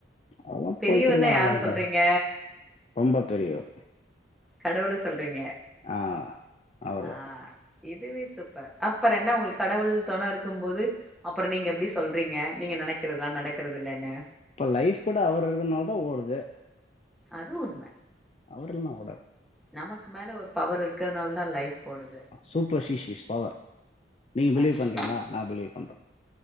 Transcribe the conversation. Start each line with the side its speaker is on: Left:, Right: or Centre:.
Left: அதா
Centre: பெரியவர்னா
Left: போய்கிடலா <unintelligible>
Centre: யார சொல்றீங்க
Left: ரொம்ப பெரியவர்
Centre: கடவுள சொல்றீங்க
Left: ஆ அவர்தா
Centre: ஆ இதுவே சூப்பர் அப்பறென்ன உங்ளுக் கடவுள் தொன இருக்கும் போது அப்பறு நீங்க எப்டி சொல்றீங்க நீங்க நெனைக்றததுலா நடக்கறதில்லன்னு
Left: இப்ப லைஃப் கூட அவர் இருக்குனாலதா ஓடுது
Centre: அது உண்ம
Left: அவர் இல்லனா ஓடாது
Centre: நமக்கு மேல ஒரு பவர் இருக்கிறதுனாலதா லைஃப் ஓடுது
Left: சூப்பர்ஷிஷியஸ் பவர் நீங்க
Centre: கண்டிப்பா
Left: பிலீவ் பண்றீங்ளா நா பிலீவ் பண்ற